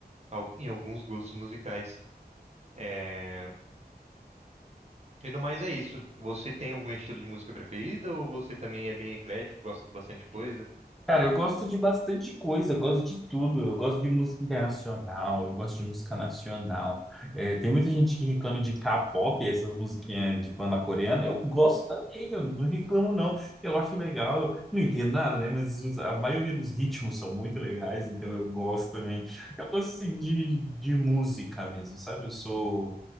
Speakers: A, on the right; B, in the centre.
A: al- em alguns gostos musicais. É, E no mais é isso. Você tem algum estilo de música preferida ou você também é bem eclético, gosta de bastante coisa?
B: Cara, eu gosto de bastante coisa, eu gosto de tudo. Eu gosto de música internacional, eu gosto de música nacional. É, tem muita gente que reclama de K-pop, essas musiquinhas de banda coreana. Eu gosto também, eu não reclamo não. Eu acho legal, não entendo nada, né? Mas os- a maioria dos ritmos são muito legais, então eu gosto também. Eu gosto assim, de, de música mesmo, sabe? Eu sou.